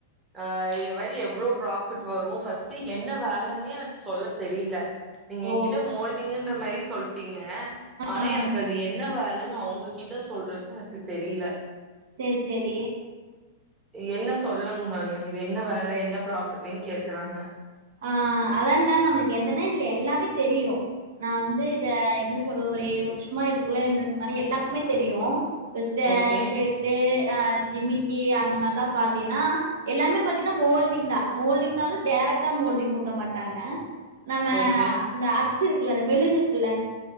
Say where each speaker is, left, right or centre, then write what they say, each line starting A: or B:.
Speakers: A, on the right (about 15°); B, on the right (about 55°).
A: ஆ இந்த மாரி எவ்ளோ ப்ராஃபிட் வரு ஃபர்ஸ்ட்டு என்ன வேலென்னே எனக் சொல்ல தெரில்ல நீங்க
B: ஓ
A: என் கிட்ட மோல்டிங்குன்ற மாரி சொல் டிங்க ஆனா
B: ஆ
A: எனக்கு அது என்ன வேலன்னு அவங்ககிட்ட சொல்றக்கு எனக்கு தெரில்ல
B: சேர் சேரி
A: என்ன சொல்லணு நானு இது என்ன வேல என்ன ப்ராஃப்ட்டுன் கேக்குறாங்க
B: ஆ அதான் டா நம்மளுக் என்னன்னா இதுல எல்லாமே தெரியு நா வந்து இத என்ன சொல்றது ஒரு ஏழு வருஷமா இதுக்குள்ள இருந்தது மாரி எல்லாருக்குமே தெரியு <unintelligible> தெட்டு
A: ஓகே
B: அ ஜிம்மிக்கி அந்த மார்லா பாத்தீன்னா எல்லாமே பாத்தீங்னா மோல்டிங் தா மோல்டிங்னாலு டேரக்ட் டா மோல்டிங் ஊத்த மாட்டாங்க நம்ம
A: ஓகே
B: இந்த அச்சு இருக்குல்ல அந்த மெழுகு இருக்குல்ல